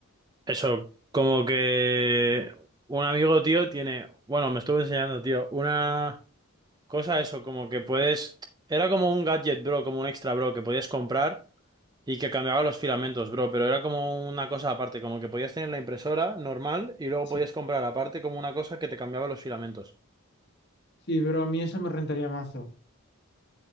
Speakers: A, on the right (about 20°); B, on the left (about 50°).
A: Eso, como que un amigo, tío, tiene, bueno, me estuvo enseñando, tío, una cosa, eso, como que puedes, era como un gadget, bro, como un extra, bro, que podías comprar y que cambiaba los filamentos, bro, pero era como una cosa aparte, como que podías tener la impresora normal y luego
B: Sí,
A: podías comprar aparte como una cosa que te cambiaba los filamentos.
B: sí, pero a mí eso me rentaría mazo.